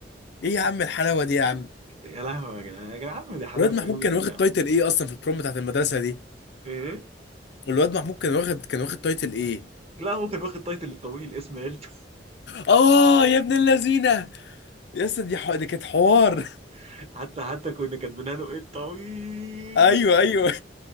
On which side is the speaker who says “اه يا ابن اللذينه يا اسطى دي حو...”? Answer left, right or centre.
Left